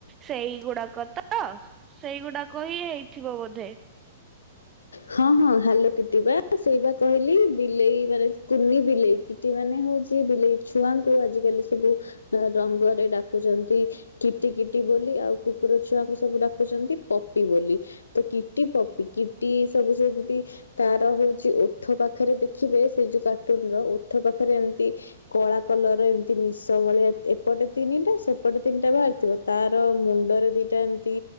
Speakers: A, on the right; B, on the left.
A: ସେଇଗୁଡା କ ତ ସେଇଗୁଡାକ ହି ହେଇଥିବ ବୋଧେ।
B: ହଁ, ହଁ, ହାଲୋ କିଟି ବା ସେଇ ବା କହିଲି ବିଲେଇ ମାନେ କୁନି ବିଲେଇ କିଟି ମାନେ ମୁଁ ସେ ବିଲେଇ ଛୁଆଙ୍କୁ ଆଜିକାଲି ସବୁ ରଙ୍ଗରେ ଡାକୁଛନ୍ତି କିଟି କିଟି ବୋଲି ଆଉ କୁକୁର ଛୁଆଙ୍କୁ ସବୁ ଡାକୁଛନ୍ତି ପପି ବୋଲି ତ କିଟି ପପି କି ଟି ସବୁ ସେମିତି ତାର ହଉଛି ଓଠ ପାଖରେ ଦେଖିବେ ସେ ଯୋଉ କାର୍ଟୁନ ର ଓଠ ପାଖ ରେ ଏମିତି କଳା କଲରେ ଏମିତି ନିଶ ଭଳିଆ ଏପଟେ ତିନିଟା ସେପଟେ ତିନିଟା ବାହାରିଥିବ। ତାର ମୁଣ୍ଡରେ ଦିଟା ଏମିତି